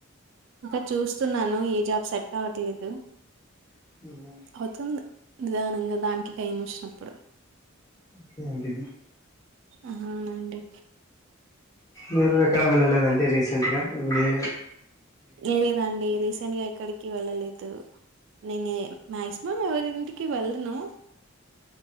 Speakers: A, on the right; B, on the left.
A: ఇంకా చూస్తున్నాను ఏ జాబ్ సెట్ అవట్లేదు
B: ఊహు
A: అవుతుంది నిదానంగా దానికి టైం వచ్చినప్పుడు
B: ఓకే అండి
A: ఆహా అనండి
B: మీరు ఎక్కడా వెళ్ళలేదండి రీసెంట్గలే
A: లేదండి రీసెంట్ గా ఎక్కడికి వెళ్ళలేదు నేను మాక్సిమం ఎవరింటికి వెళ్ళను